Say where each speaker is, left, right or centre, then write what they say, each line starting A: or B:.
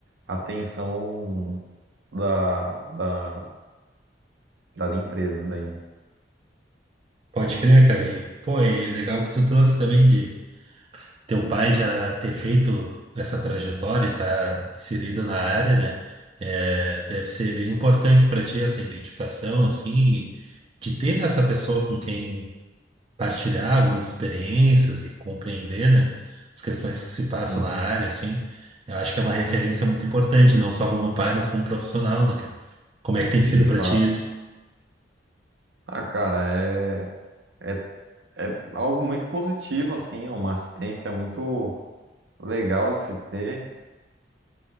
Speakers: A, on the right (about 70°); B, on the right (about 30°).
A: a atenção da, da, das empresas aí, né?
B: pode crer, cara. E, pô, e legal que tu trouxe também de teu pai já ter feito essa trajetória e estar inserido na área, né? É, deve ser bem importante para ti essa identificação, assim, de ter essa pessoa com quem partilhar algumas experiências e compreender, né? As questões que se passam
A: Sim,
B: na área, assim. Eu acho que é uma referência muito importante, não só como pai, mas como profissional, né, cara? Como é que tem sido
A: de fato.
B: para ti isso?
A: Ah, cara, é, é, é algo muito positivo, assim, é uma assistência muito legal de se ter.